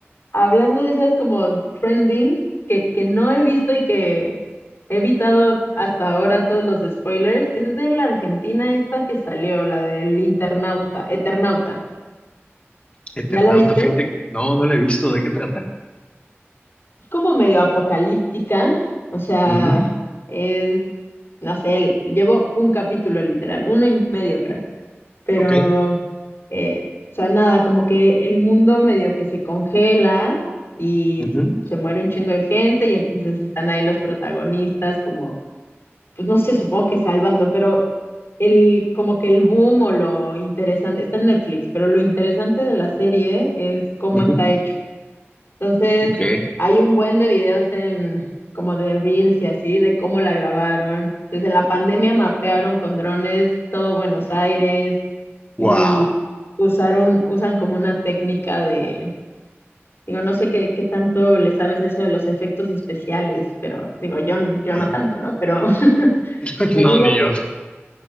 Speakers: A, on the left; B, on the left.
A: hablando de esas como trending, que, que no he visto y que he evitado hasta ahora todos los spoilers, es de la Argentina esta que salió, la del internauta, Eternauta.
B: Eternauta,
A: ¿Ya la viste?
B: fíjate, no, no la he visto, ¿de qué trata?
A: Es como medio apocalíptica, o sea,
B: Ujú,
A: es, no sé, llevo un capítulo literal, uno y medio creo. pero,
B: Ok,
A: eh, o sea, nada, como que el mundo medio que se congela y
B: ujú,
A: se muere un chingo de gente y entonces están ahí los protagonistas como, pues no sé, supongo que salvando, pero el, como que el boom o lo interesante, está en Netflix, pero lo interesante de la serie es cómo
B: ujú,
A: está hecho. Entonces,
B: ok,
A: hay un buen de videos en como de Reels y así, de cómo la grabaron. Entonces, en la pandemia mapearon con drones todo Buenos Aires
B: wow.
A: y usaron, usan como una técnica de, digo, no sé qué, qué tanto le sabes eso de los efectos especiales, pero digo, yo, n- yo
B: Ah,
A: no tanto, ¿no? Pero <laughs>
B: <laughs>
A: según
B: No, ni
A: lo
B: yo.
A: que